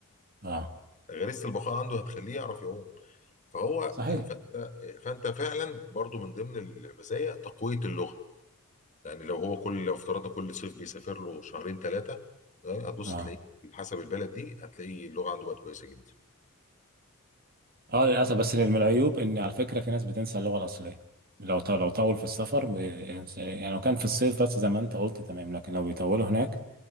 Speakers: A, on the right; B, on the left.
A: اه
B: غريزه البقاء عنده هتخليه يعرف يعوم فهو
A: صحيح
B: فانت فانت فعلا برضو من ضمن المزايا تقويه اللغه يعني لو هو كل لو افترضنا كل صيف بيسافر له شهرين ثلاثه يعني هتبص
A: اه
B: تلاقيه حسب البلد دي هتلاقي اللغه عنده بقت كويسه جدا
A: اه للاسف بس من العيوب ان على فكره في ناس بتنسى اللغه الاصليه لو ط- لو طول في السفر بينسى- يعني لو كان في الصيف بس زي ما انت قلت تمام لكن لو بيطولوا هناك